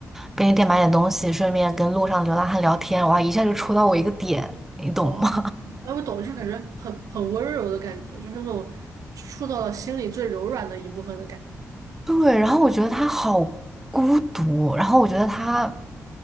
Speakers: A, in the centre; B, on the right (about 80°).
A: 便利店买点东西，顺便跟路上流浪汉聊天。哇，一下就戳到我一个点，你懂吗？
B: 哦，哎，我懂，就是感觉很很温柔的感觉，就是那种触触到了心里最柔软的一部分的感觉，
A: <laughs> 对，然后我觉得他好孤独，然后我觉得他，